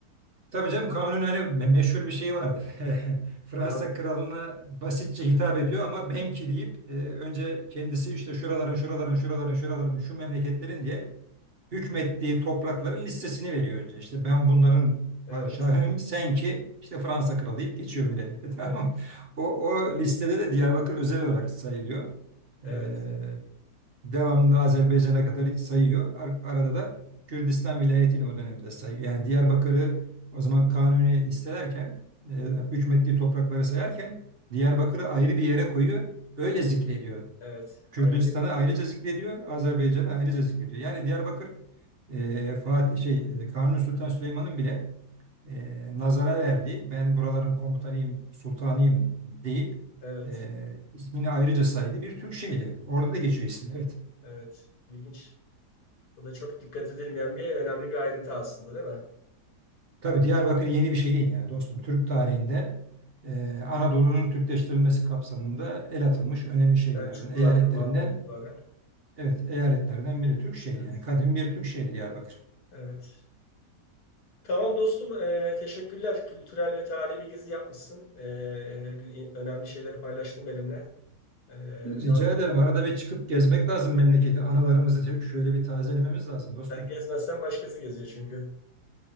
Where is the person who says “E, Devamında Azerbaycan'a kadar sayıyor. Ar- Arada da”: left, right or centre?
Right